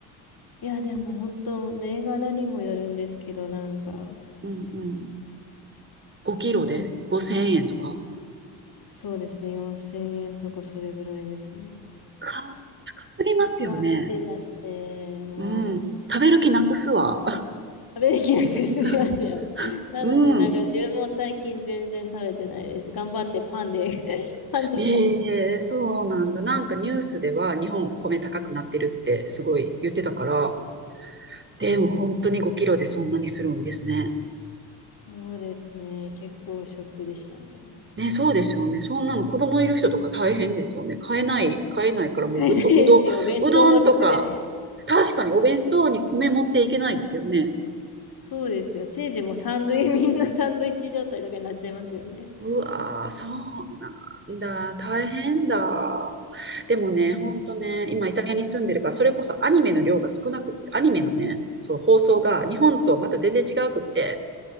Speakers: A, on the left; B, on the right.
A: いや、でも本当、銘柄にもよるんですけど、なんか、
B: うんうん。5キロで5000円とか
A: よ、そうですね。4000円とかそれぐらいですね。
B: か、高すぎますよね。
A: 高いってなって、もう
B: うん。食べる気なくすわ。
A: 食べきなくすみますよね。
B: <laughs>
A: なので、
B: うん。
A: なんか自分も最近全然食べてないです。頑張ってパンで <laughs> パンとかね。
B: ええそうなんだ。なんかニュースでは日本米高くなってるってすごい言ってたから、でも本当に5キロでそんなにするんですね。
A: そうですね。結構ショックでしたね。
B: ね、そうですよね。そんなの子供いる人とか大変ですよね。買えない、買えないからもうずっとうどん、
A: <laughs> 買えないし、お弁当も作れない。
B: うどんとか、確かにお弁当に米持っていけないですよね。
A: そうですよ。せいぜいもうサンドイッチ、みんなサンドイッチ状態とかになっちゃいますよね。
B: うわー、そうなんだ。大変だ。でもね、
A: そうなんだ
B: ほんとね、今イタリアに住んでるから、それこそアニメの量が少なくって、アニメのね、そう、放送が日本とはまた全然違うくって、